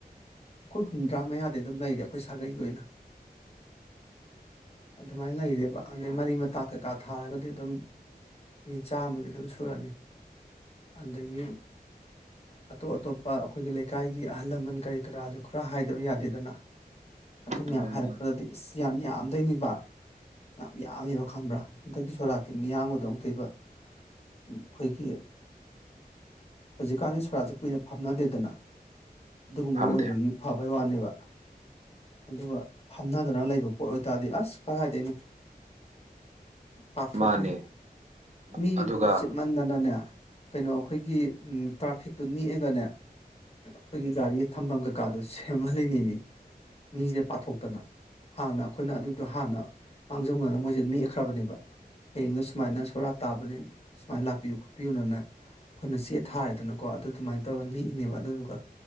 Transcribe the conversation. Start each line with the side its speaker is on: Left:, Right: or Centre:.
Left: ꯑꯩꯈꯣꯏ ꯍꯨꯝꯗ꯭ꯔꯥ ꯃꯌꯥꯗꯤ ꯑꯗꯨꯝ ꯂꯩꯔꯦ ꯑꯩꯈꯣꯏ ꯁꯥꯒꯩꯒꯤ ꯑꯣꯏꯅ ꯑꯗꯨꯃꯥꯏꯅ ꯂꯩꯔꯦꯕ ꯑꯗꯩ ꯃꯔꯤ ꯃꯇꯥ ꯀꯩꯀꯥ ꯊꯥꯔꯒꯗꯤ ꯑꯗꯨꯝ ꯃꯤ ꯆꯥꯝꯃꯗꯤ ꯑꯗꯨꯝ ꯁꯨꯔꯅꯤ ꯑꯗꯒꯤ ꯑꯇꯣꯞ ꯑꯇꯣꯞꯄ ꯑꯩꯈꯣꯏꯒꯤ ꯂꯩꯀꯥꯏꯒꯤ ꯑꯍꯜ ꯂꯃꯟ ꯀꯔꯤ ꯀꯔꯥꯁꯨ ꯈꯔ ꯍꯥꯏꯗꯕ ꯌꯥꯗꯦꯗꯅ ꯑꯗꯨ ꯃꯌꯥꯝ
Right: ꯃꯥꯅꯦ
Left: ꯍꯥꯏꯔꯛꯄꯗꯗꯤ
Right: ꯃꯥꯅꯦ
Left: ꯑꯁ ꯌꯥꯝ ꯌꯥꯝꯗꯣꯏꯅꯤꯕ ꯌꯥꯝ ꯌꯥꯝꯃꯦꯕ ꯈꯝꯕ꯭ꯔꯥ ꯍꯟꯗꯛꯀꯤ ꯁꯣꯔꯥꯛꯠꯀꯤ ꯃꯤꯌꯥꯝꯕꯗꯧꯅꯛ ꯂꯩꯕ ꯑꯩꯈꯣꯏꯒꯤ ꯍꯧꯖꯤꯛꯀꯥꯟꯗꯤ ꯁꯣꯔꯥꯠꯁꯦ ꯀꯨꯏꯅ ꯐꯝꯅꯗꯦꯗꯅ ꯒꯨꯝꯕ
Right: ꯐꯝꯗꯦ
Left: ꯑꯣꯏꯕꯒꯤ ꯐꯕꯩ ꯋꯥꯅꯦꯕ ꯑꯗꯨꯒ ꯐꯝꯅꯗꯅ ꯂꯩꯕ ꯄꯣꯠ ꯑꯣꯏꯇꯥꯔꯗꯤ ꯑꯁ ꯀꯔꯥꯏꯗꯩꯅꯣ ꯄꯥꯊꯣꯛꯅꯤ
Right: ꯃꯥꯅꯦ
Left: ꯃꯤ
Right: ꯑꯗꯨꯒ
Left: ꯆꯠꯃꯟꯗꯅꯅꯦ ꯀꯩꯅꯣ ꯑꯩꯈꯣꯏꯒꯤ ꯎ ꯇ꯭ꯔꯥꯐꯤꯛꯇꯨ ꯅꯦꯛꯛꯑꯒꯅꯦ ꯑꯩꯈꯣꯏꯒꯤ ꯒꯥꯔꯤ ꯊꯝꯐꯝ ꯀꯩꯀꯥꯗꯨ ꯁꯦꯝꯃꯜꯂꯅꯤꯩꯅꯤ ꯃꯤꯁꯤꯗ ꯄꯥꯊꯣꯛꯇꯅ ꯍꯥꯟꯅ ꯑꯩꯈꯣꯏꯅ ꯑꯗꯨꯗꯣ ꯍꯥꯟꯅ ꯃꯥꯡꯖꯧꯅꯅ ꯃꯣꯏꯁꯦ ꯅꯦꯛꯈ꯭ꯔꯕꯅꯦꯕ ꯍꯌꯦꯡꯗꯨꯣ ꯁꯨꯃꯥꯏꯅ ꯁꯣꯔꯥ ꯇꯥꯕꯅꯦ ꯁꯨꯃꯥꯏꯅ ꯂꯥꯛꯄꯤꯌꯨ ꯈꯣꯠꯄꯤꯌꯨꯅꯅ ꯑꯩꯈꯣꯏꯅ ꯆꯦ ꯊꯥꯔꯦꯗꯅꯀꯣ ꯑꯗꯨ ꯑꯗꯨꯃꯥꯏ ꯇꯧꯔꯅꯤ ꯅꯤꯏꯅꯦꯕ ꯑꯗꯨꯗꯨꯒ